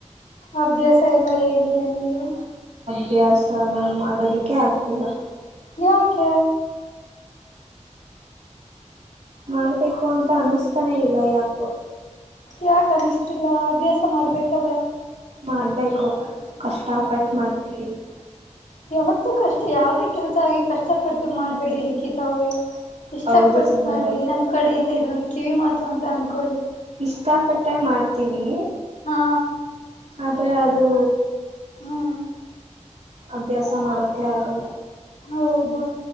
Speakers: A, on the left; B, on the right.
A: ಅಭ್ಯಾಸ. ಎಲ್ಲ ಹೇಗಿದೆ ನಿಮ್ದು.
B: ಅಭ್ಯಾಸನ ಮಾಡೋದಕ್ಕೆೇ ಆಗ್ತಿಲ್ಲ.
A: ಯಾಕೆ.
B: ಮಾಡ್ಬೇಕು ಅಂತ ಅನ್ನಿಸ್ತಾನೆ ಇಲ್ಲ ಯಾಕೊ.
A: ಯಾಕ ಅನಿಸ್ತಿಲ್ಲ ಅಭ್ಯಾಸ ಮಾಡ್ಬೇಕಲ್ಲ.
B: ಮಾಡ್ಬೇಕು. ಕಷ್ಟಪಟ್ಟು ಮಾಡ್ತಿದ್ದೀವಿ.
A: ಯಾವತ್ತು ಕಷ್ಟ ಯಾವದೇ ಕೆಲ್ಸ ಆಗಿ ಕಷ್ಟಪಟ್ಟು ಮಾಡಬೇಡಿ ಲಿಖಿತ ಅವ್ರೆ ಇಷ್ಟಪಟ್ಟ
B: ಹೌದು ಸನ
A: ಮಾಡಿ ನಮ್ ಕಡೆಯಿಂದ ಇದೊಂದು ಕಿವಿ ಮಾತು ಅಂತ ಅಂದ್ಕೊಳ್ಳಿ
B: ಇಷ್ಟಪಟ್ಟೆ ಮಾಡ್ತೀವಿ
A: ಹಾ
B: ಆದರೆ ಅದು
A: ಹಾ
B: ಅಭ್ಯಾಸ ಮಾಡೋಕೆ ಆಗಲ್ಲ
A: ಹೌದಾ